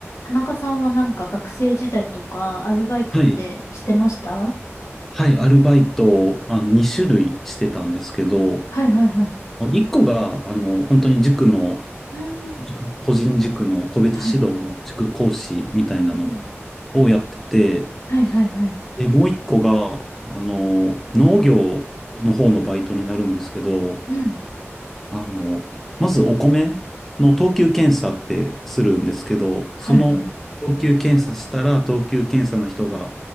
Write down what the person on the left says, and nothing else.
田中さんはなんか学生時代とかアルバイトってしてましたは
いはいはい。
うん。
はい。うんうん。
はいはいはい。
うん。
はいはい。